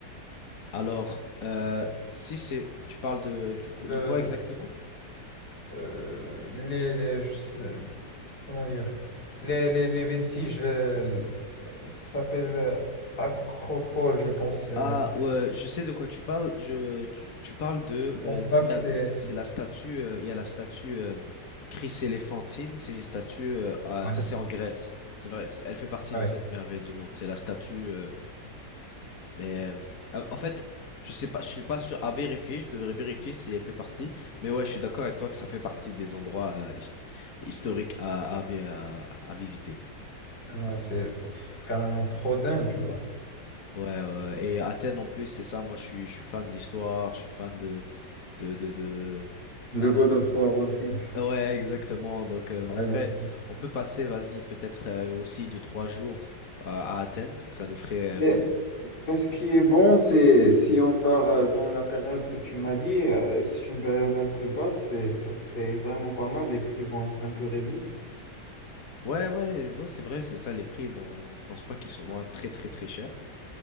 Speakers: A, on the left; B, on the left.
A: Alors, euh, si c'est, tu parles de, du co-
B: Le-
A: de quoi
B: le-
A: exactement?
B: euh, les, les- je sais- comment dire, les, les, les vestiges, euh, ça s'appelle euh, Acropole, je pense. euh.
A: Ah, ouais, je sais de quoi tu parles. Je, tu, tu parles de,
B: Je pense
A: euh,
B: pas
A: il
B: que
A: y a-
B: c'est.
A: c'est la statue, euh, il y a la statue euh, Chris Éléphantine. C'est une statue, euh, à-
B: Ouais,
A: ça c'est en Grèce. C'est vrai, elle fait partie
B: Ouais,
A: des sept merveilles du monde. C'est la statue. euh, Mais euh, en fait, je sais pas, je suis pas sûr à vérifier, je devrais vérifier si elle fait partie. Mais ouais, je suis d'accord avec toi que ça fait partie des endroits euh, his- historiques à, à, vi- à- à visiter.
B: ouais, c'est c'est carrément trop dingue, tu vois.
A: Ouais, ouais, ouais. et Athènes en plus, c'est ça, moi je suis, je suis fan d'histoire, je suis fan de, de, de, de...
B: de
A: Ah,
B: God of War aussi.
A: Ouais, exactement. Donc euh, en
B: Ouais.
A: vrai, on peut passer, vas-y, peut-être euh, aussi de trois jours euh, à Athènes. Donc ça nous ferait...
B: Mais,
A: euh,
B: mais ce qui est bon, c'est si on part euh, dans la période que tu m'as dit, euh, c'est une période un peu basse, et ça serait vraiment pas mal. Les prix vont être un peu réduits.
A: Ouais, ouais, ouais, c'est vrai, c'est ça, les prix, bon, je pense pas qu'ils sont vraiment très, très, très chers.